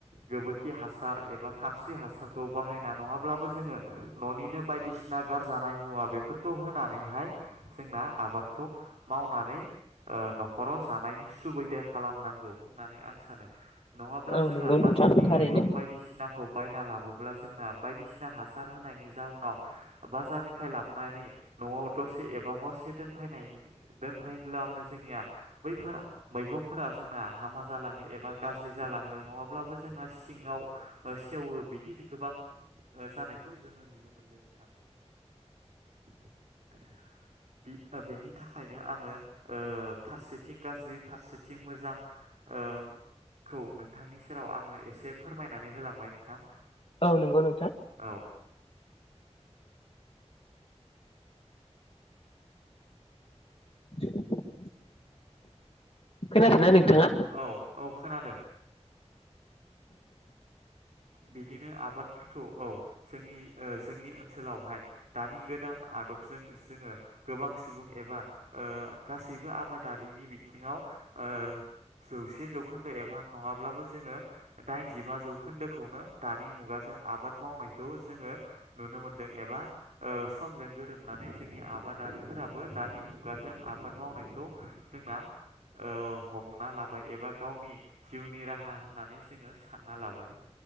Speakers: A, on the right (about 80°); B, on the left (about 50°).
A: गोबोरखि हासार । एबा खानस्रि हासारखौ बाहायना नङाब्लाबो जोङो न'निनो बायदिसिना गारजानाय मुवा बे बेफोरखौ होनानैहाय जोंना आबादखौ मावनानै ओ न'खराव जा नायनि सुबिदा खालामनांगौ होननानै आं सानो। नङाब्ला
B: औ
A: जोंहा
B: नंगौ
A: बाजारनि
B: नोंथां थारैनो
A: मैगं बायदिसिनाखौ। बायना लाबोब्ला जोंना बायदिसिना हासार होनायनि जाउनाव बाजारनिफ्राय लाबोनानै । न'आव दसे एबा हरसे दोनफायनाय दोनफैब्लानो जोंनिया बैफोर मैगंफोरा जोंना हामा जालाङो एबा गाज्रि जालाङो नङाब्लाबो जोंना सिंङाव सेवो बिदि गोबां ओ जानायखौ जोङो नुनो मोनदों नोंथां। <inaudible> बि ओ बेनि थाखायनो आङो ओ फारसे थिं गाज्रि फारसेथिं मोजां ओ खौ नोंथांनि सेराव आङो एसे फोरमायनानै होलांबाय नोंथां।
B: औ नंगौ नोंथां।
A: औ
B: <inaudible> खोनादोंना
A: बिदिब्ला
B: नोंथाङा
A: औ औ खोनादों। बिदिनो आबादफोरखौ औ जोंनि ओ जोंनि ओनसोलावहाय दानि गोदान आ आदबजों जोङो। गोबां सुबुं एबा ओ गासैबो आबादारिनि बिथिंङाव ओ जौसे जौखोन्दो एबा नङाब्लाबो जोङो दाइनजिबा जौखोन्दोखौ । नो दानि मुगाजों आबाद मावनायखौ जोङो नुनो मोनदों एबा ओ समजों गोरोब गोरोबनानै जोंनि आबादारिफोराबो दानि मुगाजों आबाद मावनायखौ जोंना ओ हमना लाबाय एबा गावनि जिउनि राहा होननानै जोङो सानना लाबाय ।